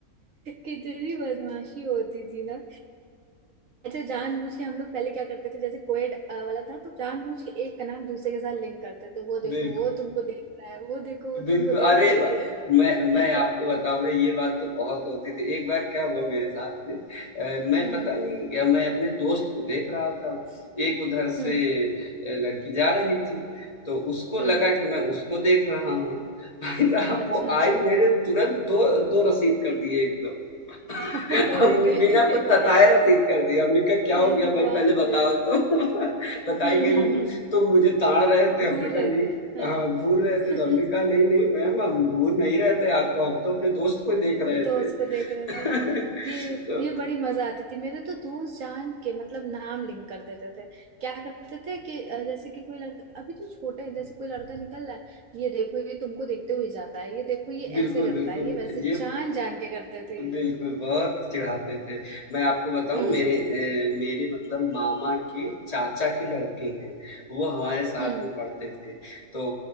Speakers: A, on the right; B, on the left.
A: भी बदमाशी होती थी ना अच्छा जानबूझ के हम लोग पहले क्या करते थे जैसे कोएड अ, वाला था तो जानबूझ के एक का नाम दूसरे के साथ लिंक करते थे वो देखो
B: बिल्कुल
A: वो तुमको देख रहा है वो देखो वो
B: बिल्कुल,
A: तुमको
B: अरे
A: देख रही
B: ब
A: है
B: मैं मैं
A: <laughs> हम्म
B: आपको बताऊँ ना ये बात तो बहुत होती थी। एक बार क्या हुआ मेरे साथ में अ, मैं
A: हम्म
B: पता नहीं क्या मैं अपने दोस्त को देख रहा था। एक उधर से
A: हम्म
B: अ, लड़की जा रही थी, तो उसको
A: हम्म,
B: लगा कि मैं उसको देख रहा हूँ। <laughs> भाई साहब
A: अच्छा
B: वो आई मेरे तुरंत दो दो रसीद कर दिए एकदम।
A: <laughs>
B: हमने
A: ओए रे
B: बिना कुछ बताए रसीद कर दिया हमने कहा क्या हो
A: अरे
B: गया भाई
A: बाप
B: पहले बताओ
A: रे
B: तो <laughs> बताई
A: हम्म
B: गई
A: हम्म
B: तुम
A: हम्म
B: तुम मुझे ताड़ रहे थे हमने
A: घूर
B: कहा
A: रहे
B: नहीं
A: थे हाँ
B: हाँ घूर रहे
A: <laughs>
B: थे तो हमने कहा नहीं नहीं मैम हम घूर नहीं रहे थे आपको हम तो अपने दोस्त को देख रहे थे
A: दोस्त को देख रहे
B: <laughs>
A: थे ये
B: तो
A: ये बड़ी मजा आती थी मेरे तो दोस्त जान के मतलब नाम लिंक कर देते थे क्या करते थे कि अ, जैसे कि कोई लड़का अभी तो छोटे हैं जैसे कोई लड़का निकल रहा है ये देखो ये तुमको देखते हुए जाता है ये देखो ये
B: बिल्कुल
A: ऐसे करता
B: बिल्कुल
A: है ये वैसे
B: ये
A: जान जान के करते थे
B: बिल्कुल,
A: ये लोग
B: बहुत चिढ़ाते थे। मैं आपको बताऊँ
A: हम्म
B: मेरे अ, मेरे मतलब मामा के चाचा के लड़के हैं, वो हमारे साथ
A: हम्म
B: में पढ़ते थे। तो